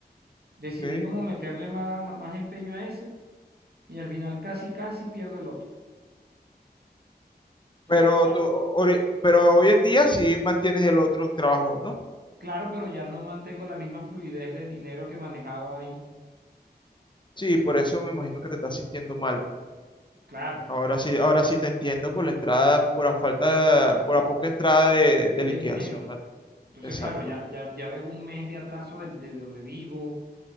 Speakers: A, on the right; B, on the left.
A: Decidí
B: Ok.
A: como meterle más, más empeño a ese y al final casi, casi pierdo el otro. Entonces,
B: Pero,
A: ¿qué pasa?
B: tú, ori- pero hoy en día sí mantienes el otro trabajo, ¿no?
A: Claro, pero ya no mantengo la misma fluidez de dinero que manejaba ahí.
B: Sí, por eso me imagino que te estás sintiendo mal.
A: Claro.
B: Ahora sí, ahora sí te entiendo por la entrada, por la falta, por la poca entrada de, de
A: de
B: liquidación.
A: dinero.
B: Ah,
A: Entonces,
B: Exacto.
A: claro, ya, ya, ya debo un mes de atraso del- de, donde vivo,